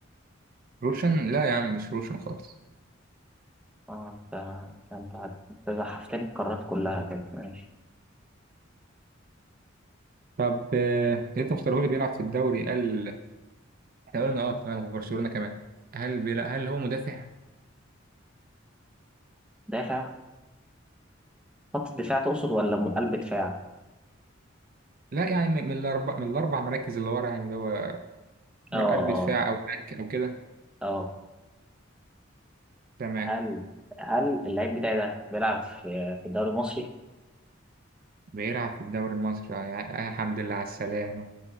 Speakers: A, on the right (about 45°); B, in the centre.
A: روشن؟ لا يا عم مش روشن خالص
B: اه انت انت انت هت- أنت زحفتني القارات كلها كده ماشي
A: طب آه أنت مختاره لي بيلعب في الدوري قال إحنا قلنا أه تمام في برشلونة كمان هل بيلع... هل هو مدافع؟
B: دافع خط الدفاع تقصد ولا من قلب دفاع
A: لا يعني من من الأربع من الأربع مراكز اللي ورا يعني اللي هو
B: اه
A: قلب
B: اه
A: دفاع أو باك أو كده
B: اه
A: تمام
B: هل هل اللعيب بتاعي ده بيلعب في في الدوري المصري
A: بيلعب في الدوري المصري يا يا حمد لله على السلامة